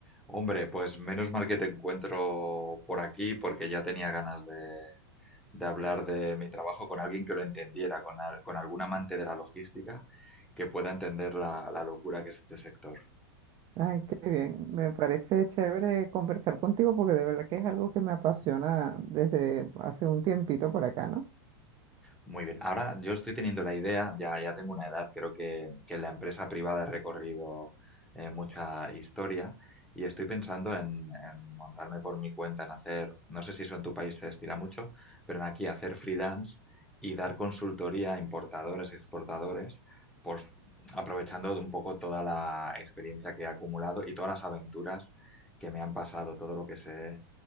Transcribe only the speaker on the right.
Ay, qué bien. Me parece chévere conversar contigo porque de verdad que es algo que me apasiona desde hace un tiempito por acá, ¿no?